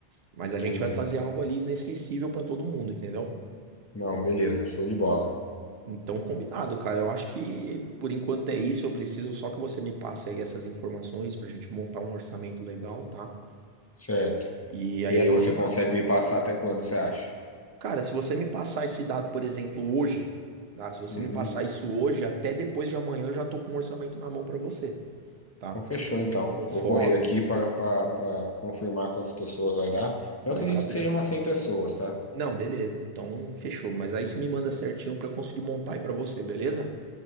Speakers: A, on the right (about 70°); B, on the left (about 20°).
A: Mas a gente
B: entendi.
A: vai fazer algo ali inesquecível pra todo mundo, entendeu?
B: Não, beleza, show de bola.
A: Então, combinado, cara. Eu acho que por enquanto é isso. Eu preciso só que você me passe aí essas informações pra gente montar um orçamento legal, tá?
B: Certo.
A: E aí
B: E aí
A: a gente
B: você
A: marca.
B: consegue me passar até quando, você acha?
A: Cara, se você me passar esse dado, por exemplo, hoje, tá? Se você
B: Uhum.
A: me passar isso hoje, até depois de amanhã eu já tô com um orçamento na mão pra você, tá?
B: Então fechou, então.
A: Com
B: Vou
A: fotos.
B: correr aqui para, para, para confirmar quantas pessoas vai dar. Eu
A: Maravilha.
B: acredito que seja umas 100 pessoas, tá?
A: Não, beleza. Então, fechou. Mas aí você me manda certinho pra eu conseguir montar aí pra você, beleza?